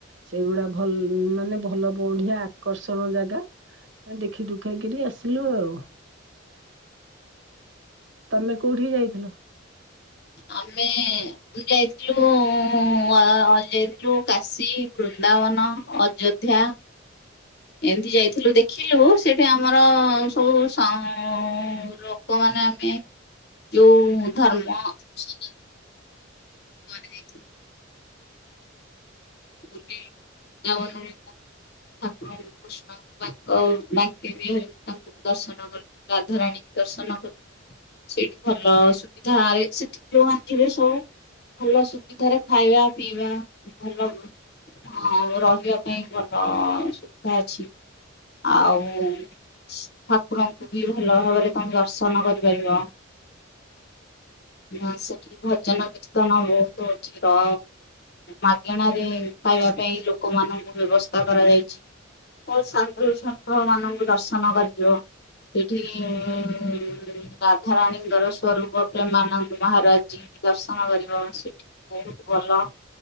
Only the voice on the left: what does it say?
ଆମେ। ବୁଲି ଯାଇଥିଲୁ ଆ ଯାଇଥିଲୁ କାଶୀ ବୃନ୍ଦାବନ ଅଯୋଧ୍ୟା। ଏମିତି ଯାଇଥିଲୁ ଦେଖିଲୁ ସେଇଠି ଆମର ସବୁ ସା ଲୋ ଲୋକମାନେ ଆମେ ଯୋଉ ଧର୍ମ ସନା କୁଆଡେ ଯାଇଥିଲୁ। ବୁଲି ବୃନ୍ଦାବନ ଘରିକା। <unintelligible> ତାଙ୍କୁ ଦର୍ଶନ କଲୁ ରାଧ ରାଣୀ ଙ୍କି ଦର୍ଶନ କଲୁ। ସେଇଠି ଭଲ ସୁବିଧାରେ ସେଠି <unintelligible> ଭଲ ସୁବିଧାରେ ଖାଇବା ପିଇବା ଭଲ। ହଁ ରହିବା ପାଇଁ ଭଲ ସୁବିଧା ଅଛି। ଆଉ ଠାକୁରଙ୍କୁ ବି ଭଲ ଭାବରେ ତମେ ଦର୍ଶନ କରିପାରିବ। ହଁ ସେଠି ବି ଭଜନ କୀର୍ତ୍ତନ ବହୁତ ହଉଛି ର ମାଗେଣାରେ ଖାଇବା ପାଇଁ ଲୋକମାନଙ୍କୁ ବ୍ୟବସ୍ଥା କରାଯାଇଛି। ବହୁତ ଶାଧୁ ଶନ୍ଥ ମାନଙ୍କୁ ଦର୍ଶନ କରିିବ। ସେଠି ଉଁ ରାଧାରାଣୀଙ୍କ ର ସ୍ୱରୂପ ପ୍ରେମା ନନ୍ଦ ମହାରାଜି ଙ୍କୁ ଦର୍ଶନ କରିବ ସେଠି ବି ବହୁତ ଭଲ।